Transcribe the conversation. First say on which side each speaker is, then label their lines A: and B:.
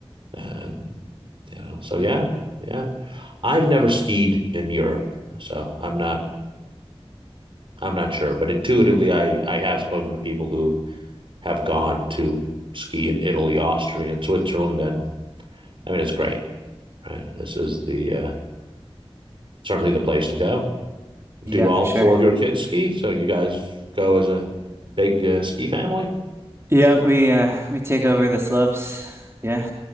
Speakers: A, on the right; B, on the right.
A: and you know, so yeah, yeah. I've never skied in Europe, so I'm not I'm not sure, but intuitively, I I have spoken to people who have gone to ski in Italy, Austria, and Switzerland, and I mean, it's great, right? This is the uh, certainly the place to go. Do
B: Yeah,
A: all
B: for sure.
A: four of your kids ski? So you guys go as a big uh, ski family?
B: Yeah, we uh we take over the slopes. Yeah.